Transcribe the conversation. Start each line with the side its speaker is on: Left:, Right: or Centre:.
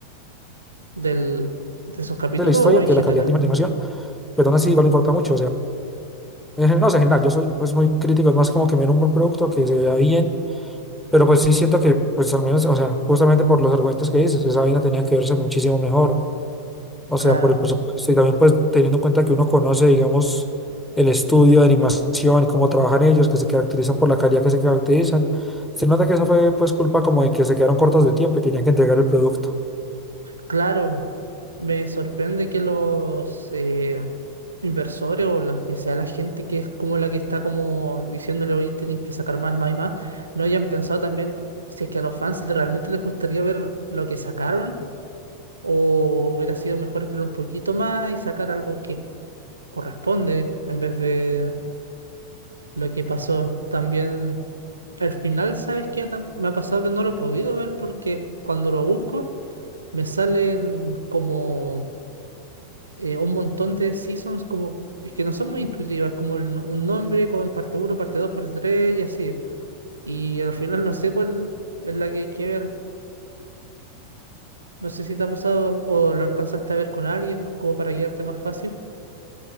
Right: del, de esos capítulos
Centre: de la historia
Right: o en
Centre: que
Right: general.
Centre: de la calidad de la animación, pero aún así igual me importa mucho, o sea, en general, no sé, en general, yo soy pues muy crítico, es más como que me den un buen producto, que se vea bien Pero pues sí siento que, pues al menos, o sea, justamente por los argumentos que dices, esa vaina tenía que verse muchísimo mejor. O
Right: Claro.
Centre: sea, por el presupuesto y también pues teniendo en cuenta que uno conoce, digamos, el estudio de animación y cómo trabajan ellos, que se caracterizan por la calidad que se caracterizan. Se nota que eso fue pues culpa como de que se quedaron cortos de tiempo y tenían que entregar el producto.
Right: Claro, me sorprende que los eh, inversores o los que sea la gente que es como la que está como diciéndole hoy tienen que sacar más, más y más, no hayan pensado también si es que a los fans realmente les gustaría ver lo que sacaron o hubiera sido mejor esperar un poquito más y sacar algo que corresponde en vez de lo que pasó. También al final, ¿sabes qué? Tam- Me ha pasado que no lo he podido ver porque cuando lo busco me salen como eh, un montón de seasons como que no son muy intuitivas, como el- no, un nombre con parte uno parte 2 parte 3 y así. Y al final no sé cuál es la que hay que ver. No sé si te ha pasado o lo alcanzaste a ver con alguien, como para guiarte más fácil.